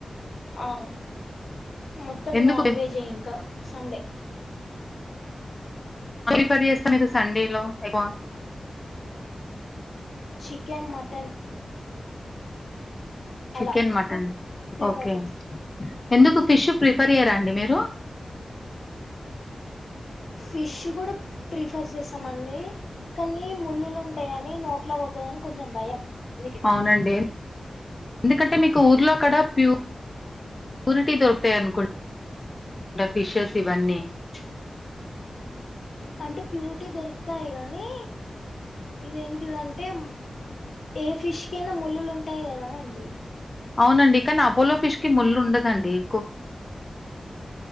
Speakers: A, on the left; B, on the left.
A: ఆవు మొత్తం
B: ఎందుకు
A: నాన్
B: బె
A: వెజే ఇంకా సండే
B: కర్రీ చేస్తాం ఏదో సండే లో ఏదో
A: చికెన్ మటన్
B: చికెన్
A: అలా
B: మటన్
A: ప్రిఫర్
B: ఓకే
A: చేస్తాం
B: ఎందుకు ఫిష్ ప్రిఫర్ అయ్యారా అండి మీరు
A: ఫీష కూడాడు ప్రిఫర్ చేస్తామండి కానీ ముళ్ళులు ఉంటాయని నోట్లో పోతదని కొంచెం భయం దుకనే
B: అవునండి. ఎందుకంటే మీకు ఊర్లో కడ ప్యూ రిటీ దొరుకుతాయనుకుంట ఫిషెస్ ఇవన్నీ అ
A: అంటే ప్యూరిటీ దొరుకుతాయి కానీ ఇదిేంటిదంటే మ్ ఏ ఫిష్కైయినా ముళ్ళులు ఉంటాయి కదా అండి
B: అవునండి కానీ అపోలో ఫిష్ కి ముళ్ళు ఉండదండి కు